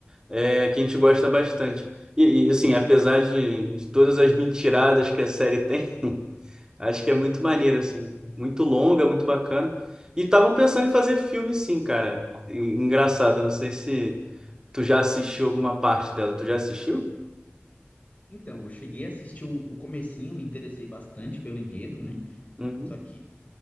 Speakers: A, on the right (about 15°); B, on the left (about 35°).
A: É, que a gente gosta bastante. E, e, assim, apesar de, de todas as mentiradas que a série tem, Acho que é muito maneiro, assim. Muito longa, muito bacana. E estavam pensando em fazer filme, sim, cara. E- Engraçado, eu não sei se tu já assistiu alguma parte dela. Tu já assistiu?
B: Então, eu cheguei a assistir o, o comecinho, me interessei bastante pelo enredo, né?
A: Uhum.
B: Só que